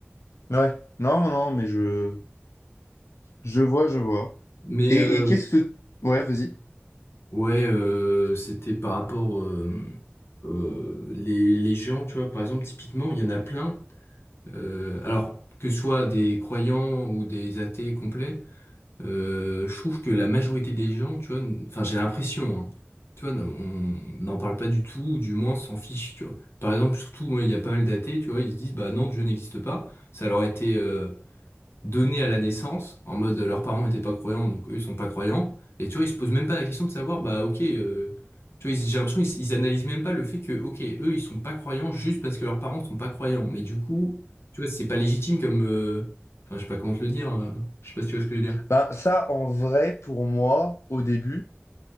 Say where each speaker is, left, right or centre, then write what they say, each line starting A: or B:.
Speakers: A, on the left; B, on the left.
A: Ouais, non, non, non, mais je, je vois, je vois.
B: Mais,
A: Et,
B: euh,
A: et qu'est-ce que... Ouais, vas-y.
B: Ouais, euh, c'était par rapport euh, euh, les, les gens, tu vois, par exemple, typiquement, il y en a plein. euh, alors, que ce soit des croyants ou des athées complets, euh, je trouve que la majorité des gens, tu vois, n- enfin, j'ai l'impression, hein, tu vois, n- on n'en parle pas du tout, ou du moins s'en fiche, tu vois. Par exemple, surtout, moi, il y a pas mal d'athées, tu vois, ils se disent, bah non, Dieu n'existe pas. Ça leur a été euh, donnés à la naissance, en mode euh, leurs parents n'étaient pas croyants, donc eux ils sont pas croyants. Et tu vois, ils se posent même pas la question de savoir, bah ok, euh, tu vois, ils- j'ai l'impression qu'ils ils analysent même pas le fait que, ok, eux ils sont pas croyants juste parce que leurs parents sont pas croyants. Mais du coup, tu vois, c'est pas légitime comme, euh, enfin je sais pas comment te le dire, euh, je sais pas si tu vois ce que je veux dire.
A: Bah, ça, en vrai, pour moi, au début,